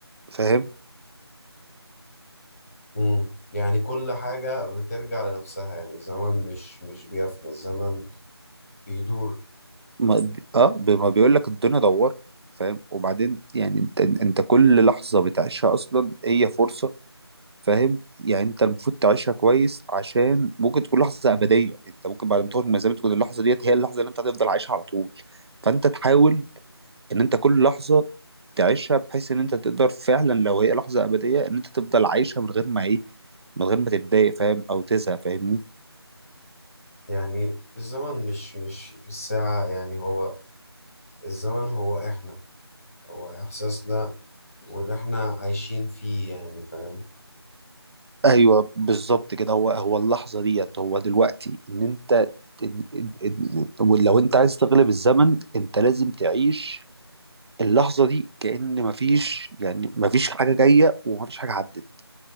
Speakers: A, on the right; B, on the left.
A: فاهم
B: مم. يعني كل حاجة بترجع لنفسها يعني الزمن مش مش بيفنى الزمن بيدور
A: ما اه ب- ما بيقول لك الدنيا دوار فاهم وبعدين يعني انت انت كل لحظة بتعيشها اصلا هي فرصة فاهم يعني انت المفروض تعيشها كويس عشان ممكن تكون لحظه ابديه انت ممكن بعد ما تخرج من الزمن تكون اللحظه ديت هي اللحظه اللي انت هتفضل عايشها على طول فانت تحاول ان انت كل لحظه تعيشها بحيث ان انت تقدر فعلا لو هي لحظه ابديه ان انت تفضل عايشها من غير ما ايه من غير ما تتضايق فاهم او تزهق فاهمني
B: يعني الزمن مش مش في الساعة يعني هو الزمن هو احنا هو احساسنا واللي احنا عايشين فيه يعني فاهم
A: ايوه بالظبط كده هو هو اللحظه ديت هو دلوقتي ان انت إن إن إن لو انت عايز تغلب الزمن انت لازم تعيش اللحظه دي كأن مفيش يعني مفيش حاجه جايه ومفيش حاجه عدت